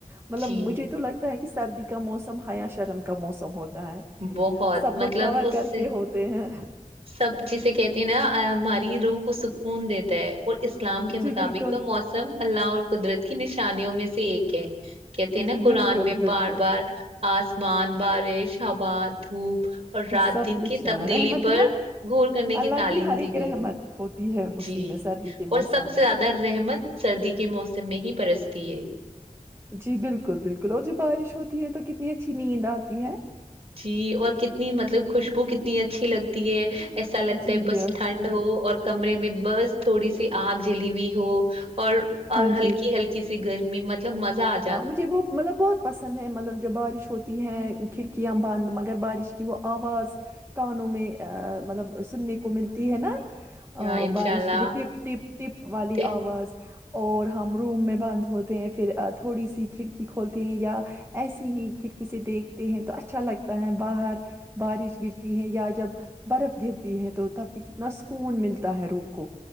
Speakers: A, on the right; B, on the right.
A: مطلب
B: جی
A: مجھے تو لگت کہ سردی کا موسم حیا شرم کا موسم ہوتا ہے
B: بہت
A: سب لوگ
B: مطلب
A: کور
B: اس
A: کر
B: سے
A: کے ہوت تے ہے
B: سب جسے کہتی ہیں نا آی ہماری روح کو سکون دیتا ہے اور اسلام کے
A: جی
B: مطابق
A: بالکل
B: تو موسم اللہ اور قدرت کی نشانیوں میں سے ایک ہے کہتے ہیں نا
A: جی
B: قرآن
A: بالکل
B: میں
A: بالکل
B: بار بار آسمان بارش ہوا دھوپ اور رات
A: سب
B: دن
A: کچھ
B: کی تبدیلی
A: ہاں رحمت
B: پر
A: نا
B: غور کرنے کی
A: اللہ
B: تعلیم
A: ہر ایک
B: دی گئی
A: رحمت
B: ہے
A: ہوتی ہے اسی
B: جی
A: میں سردی کے
B: اور
A: موسم
B: سب
A: میں
B: سے زیادہ رحمت سردی کے موسم میں ہی برستی ہے
A: جی بالکل بالکل اور جب بارش ہوتی ہے تو کتنی اچھی نیند آتی ہے
B: جی اور کتنی مطلب خوشبو کتنی اچھی لگتی ہے ایسا لگتا
A: جی
B: ہے بس
A: اور
B: ٹھنڈ ہو اور کمرے میں بس تھوڑی سی آگ جلی ہوئی ہو اور اور
A: ہاں
B: ہلکی
A: جی
B: ہلکی سی گرمی مطلب مزہ آت
A: ہاں مجھے وہ مطلب بہت پسند ہے مطلب جب بارش ہوتی ہے کھڑکیاں بند مگر بارش کی وہ آواز کانوں میں مطلب سننے کو ملتی ہے نا
B: یا
A: آ
B: انشاء
A: بارش
B: اللہ
A: کی وہ ٹپ ٹپ ٹپ والی
B: تے
A: آواز اور ہم روم میں بند ہوتے ہیں پھر تھوڑی سی کھڑکی کھولتے ہیں یا ایسی ہی کھڑکی سے دیکھتے ہیں تو اچھا لگتا ہے باہر بارش گرتی ہے یا جب برف گرتی ہے تو تب بھی کتنا سکون ملتا ہے روح کو